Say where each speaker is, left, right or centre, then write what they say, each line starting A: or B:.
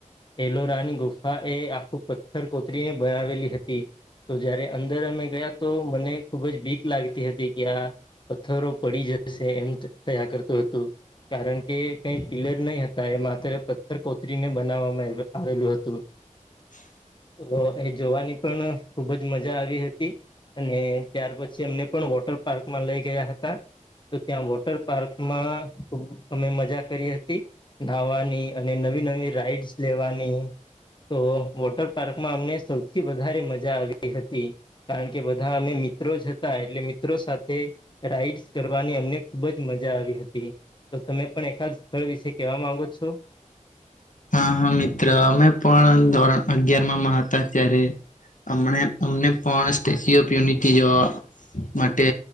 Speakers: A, on the left; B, on the left.
A: એલોરાની ગુફા એ આખું પથ્થર કોતરીને બનાવેલી હતી. તો જયારે અંદર અમે ગયા તો મને ખુબ જ ભીક લાગતી હતી કે આ પથ્થરો પડી જશે એમ થયા કરતું હતું. કારણ કે કઈ પિલર નહી હતા એ માત્ર કોત્રીને બનાવવામાં આવેલું હતું.
B: <inaudible>
A: જો એ જોવાની પણ ખુબ જ મજા આવી હતી. અને ત્યાર પછી એમને પણ વોટર પાર્કમાં લઈ ગયા હતા. તો ત્યાં વોટર પાર્કમાં ખુબ અમે મજા કરી હતી નાવાની. અને નવી નવી રાઈડ્સ લેવાની તો વોટર પાર્કમાં અમને સૌથી વધારે મજા આવી હતી. કારણ કે બધા અમે મિત્રો જ હતા એટલે મિત્રો સાથે રાઈડસ કરવાની અમને ખુબ જ મજા આવી હતી. તો તમે પણ એકાદ સ્થળ વિશે કેવા માંગો છો?
B: હા હા મિત્ર અમે પણ ધોરણ અગિયાર માં માં હતા ત્યારે. એમણે અમને પણ સ્ટેચ્યુ ઓફ યુનિટી જોવા માટે